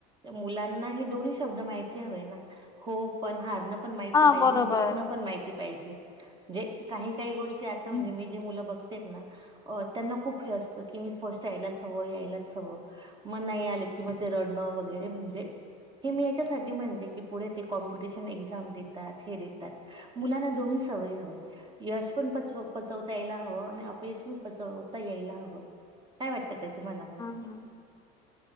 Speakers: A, on the right; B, on the left.
A: मुलांना हे दोन्ही शब्द माहिती हवे ना हो पण हारण पण माहीती
B: हा
A: पाहिजेे
B: बरोबर
A: जिंकण
B: आहे.
A: पण माहीती पाहिजे म्हणजे काही काही गोष्टी आता
B: हम्म
A: म्हणजे मी जे मुलं बघते ना त्यांना खूप हे असत की मी फर्स्ट यायलाच हवं यायलाच हवं मग नाही आलं की मग ते रडणं वगैरे म्हणजे हे मी याच्यासाठी म्हणते की पुढे ते कॉमपिटिशन एक्झाम देतात हे देतात मुलांना दोन्ही सवय हवय यश पण पचवता यायला हवं आणि अपयश पण पचवता यायला हवं काय वाटतात ताई तुम्हाला मग.
B: हम्म